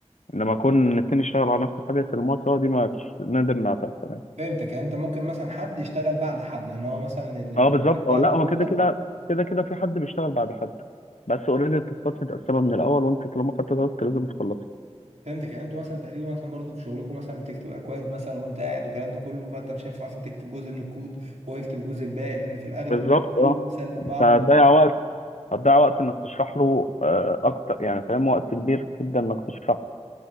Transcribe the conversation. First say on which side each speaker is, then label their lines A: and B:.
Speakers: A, on the left; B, on the right.
A: انما اكون التاني يشتغل على نفس الحاجه يسلموها سوا دي ما فيش- نادر انها تحصل يعني
B: فهمتك يعني انت ممكن مثلا حد يشتغل بعد حد ان هو مثلا ال- النتيجة
A: اه بالظبط
B: بتاعته
A: اه لا هو
B: هو
A: كده كده كده كده في حد بيشتغل بعد حد بس اوريدي التاسكات متقسمه من الاول وانت طالما خدت تاسك لازم تخلصها
B: فهمتك يعني انتوا مثلا تقريبا مثلا برضه في شغلكم مثلا بتكتب اكواد مثلا وانت قاعد والكلام ده كله فانت مش هينفع مثلا تكتب جزء من الكود وهو يكتب الجزء الباقي لان في الاغلب
A: بالظبط
B: يعني الكود
A: اه
B: بيسلم بعضه
A: انت هتضيع وقت هتضيع وقت انك تشرح له آه، اكتر يعني فاهم وقت كبير جدا انك تشرح